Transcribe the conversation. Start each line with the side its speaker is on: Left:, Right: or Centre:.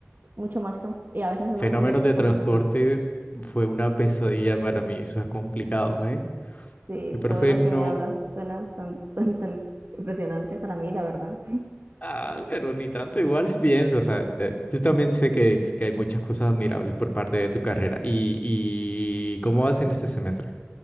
Right: mucho más que un- y a veces es
Left: fenómenos
Right: más fácil eso
Left: de
Right: que
Left: transporte
Right: un profesor.
Left: fue una pesadilla para mí, eso es complicado, ¿eh?
Right: Sí,
Left: El profe
Right: todo lo
Left: no...
Right: que me hablas suena tan, tan, tan impresionante para mí, la verdad.
Left: Ah, pero ni tanto, igual es bien, o sea, te- yo también sé que, que hay muchas cosas admirables por parte de tu carrera. ¿Y, y cómo vas en este semestre?